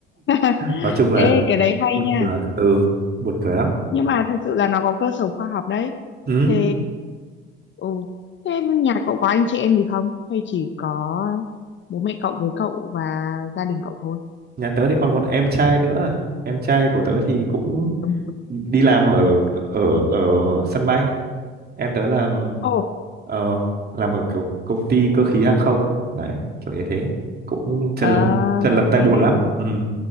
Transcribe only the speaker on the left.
<laughs>
ê cái đấy hay
nha
nhưng mà thực sự là nó có cơ sở khoa học đấy
thế ừ thế nhà cậu có anh chị em gì không hay chỉ có bố mẹ cậu với cậu và gia đình cậu thôi
Đông vui.
ồ
ờ,
hay
đấy